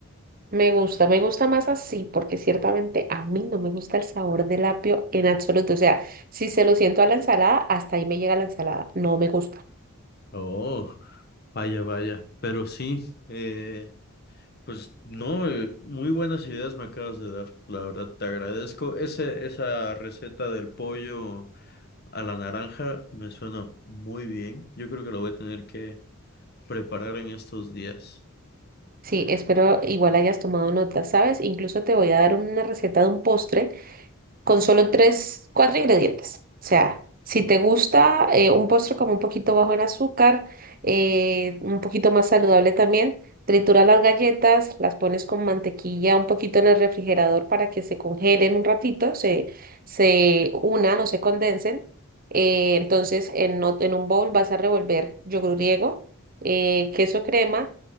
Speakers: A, on the right (about 40°); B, on the left (about 45°).
A: Me gusta, me gusta más así, porque ciertamente a mí no me gusta el sabor del apio en absoluto. O sea, si se lo siento a la ensalada, hasta ahí me llega la ensalada. No me gusta.
B: Oh, vaya, vaya, pero sí, eh... Pues no, eh, muy buenas ideas me acabas de dar, la verdad, te agradezco. Ese, esa receta del pollo a la naranja me suena muy bien. Yo creo que la voy a tener que preparar en estos días.
A: Sí, espero igual hayas tomado nota, ¿sabes? Incluso te voy a dar una receta de un postre con solo tres, cuatro ingredientes. O sea, si te gusta eh, un postre como un poquito bajo en azúcar, eh, un poquito más saludable también, tritura las galletas, las pones con mantequilla un poquito en el refrigerador para que se congelen un ratito, se, se unan o se condensen. Eh, entonces, en, ot- en un bowl vas a revolver yogur griego, eh, queso crema,